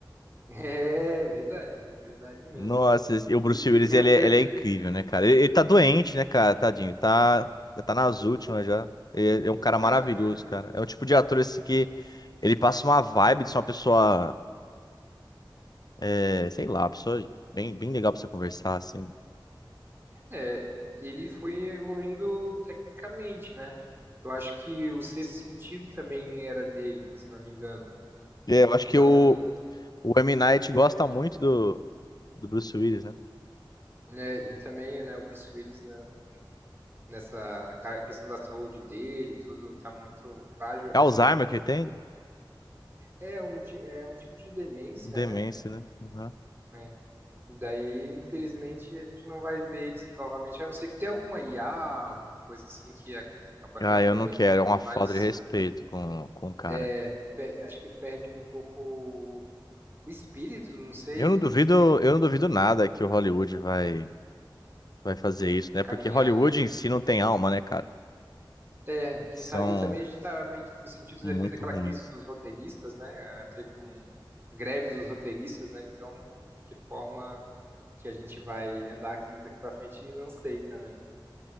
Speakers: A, on the right; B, on the left.
A: É verdade, verdade
B: <laughs>
A: mesmo.
B: Nossa, esse- o Bruce
A: E eu,
B: Willis, ele,
A: eu,
B: é
A: eu-
B: ele é incrível, né, cara? Ele, ele tá doente, né, cara? Tadinho. Ele tá, já tá nas últimas já. Ele é um cara maravilhoso,
A: ah,
B: cara. É o tipo de ator, assim, que ele passa uma vibe de ser uma pessoa, é, sei lá, uma pessoa bem, bem legal pra você conversar, assim.
A: É, ele foi evoluindo tecnicamente, né? Eu acho que o sexto sentido também era dele, se não me engano.
B: É, eu acho
A: Então,
B: que o, o M. Night gosta muito do, do Bruce Willis, né?
A: né, e também, né, o Bruce Willis, né, nessa ca- questão da saúde dele, tudo tá muito frágil,
B: É
A: né?
B: Alzheimer que ele tem?
A: É um, ti- é um tipo de demência,
B: Demência,
A: né?
B: né? Uhum.
A: É. E daí, infelizmente, a gente não vai ver eles novamente, a não ser que tenha alguma IA, alguma coisa assim que a- acaba
B: Ah,
A: reaproveitando,
B: eu não quero. É uma
A: mas
B: falta de respeito com, com o cara.
A: É, pe- acho que perde um pouco o espírito, não sei,
B: Eu não duvido,
A: você tem que
B: eu não duvido nada que o Hollywood vai, vai fazer isso, né?
A: caminhar.
B: Porque Hollywood em si não tem alma, né, cara?
A: É, quem
B: São
A: sabe, e também a gente tá meio que sentindo os
B: muito
A: efeitos daquela
B: ruins.
A: crise dos roteiristas, né? Ah, Teve um a greve dos roteiristas, né? Então, que forma que a gente vai andar aqui daqui para frente, não sei também.